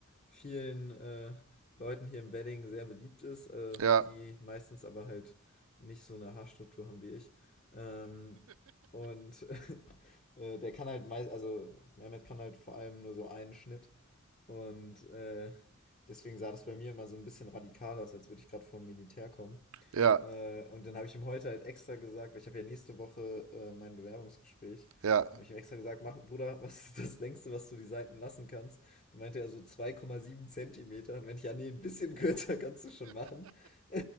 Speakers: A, on the left; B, on the right.
A: vielen äh, Leuten hier im Wedding sehr beliebt ist, äh,
B: Ja,
A: die meistens aber halt nicht so eine Haarstruktur haben wie ich. Ähm, und <laughs> äh, der kann halt meist, also Mehmet kann halt vor allem nur so einen Schnitt. Und äh, deswegen sah das bei mir immer so ein bisschen radikal aus, als würde ich gerade vom Militär kommen.
B: ja,
A: Äh, und dann habe ich ihm heute halt extra gesagt, weil ich habe ja nächste Woche äh, mein Bewerbungsgespräch,
B: ja.
A: habe ich ihm extra gesagt, mach, Bruder, <laughs> was ist das längste, was du die Seiten lassen kannst? Und meinte er so 2,7 Zentimeter. Und wenn ich, ja, nee, ein bisschen <laughs> kürzer kannst du schon machen. <laughs>